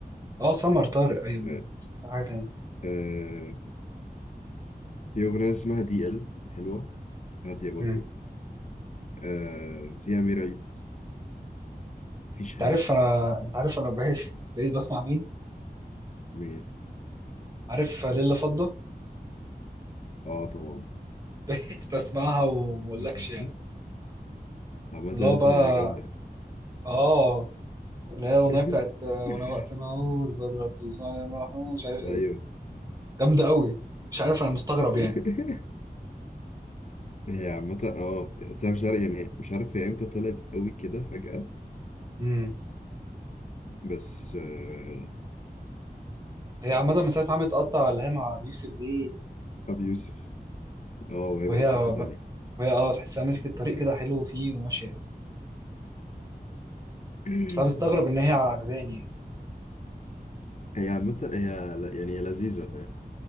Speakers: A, on the right; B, on the left.
A: اه سمر طارق ايوه
B: آه،
A: سمعت حاجه تانية
B: آه، هي أغنية اسمها دي ال حلوة هادية برضو
A: مم.
B: آه، فيها أمير عيد في شهاب
A: انت عارف انا انت عارف انا بقيت بقيت بسمع مين
B: مين
A: عارف ليلة فضة
B: اه طبعا
A: <laughs> بقيت بسمعها وما اقولكش
B: <laughs>
A: يعني
B: عامة
A: اللي
B: لسه
A: هو بقى
B: جامدة
A: اه اللي هي الاغنيه
B: <laughs>
A: بتاعت آه، وانا وقت ما اقول بضرب بوزان محمود مش عارف ايه
B: أيوه
A: جامده قوي مش عارف انا مستغرب
B: <laughs>
A: يعني
B: هي عامة اه سام شرقي يعني مش عارف هي امتى طلعت قوي كده فجأة
A: امم
B: بس آه،
A: هي عامه من ساعه ما عملت قطع اللي هي مع أبي يوسف دي
B: أبي يوسف اه وهي
A: وهي
B: بقت في حتة تانية
A: وهي اه تحسها مسكت الطريق كده حلو فيه وماشيه
B: <laughs>
A: بس انا مستغرب ان هي عجباني يعني
B: هي عامة هي ل- يعني هي لذيذة فاهم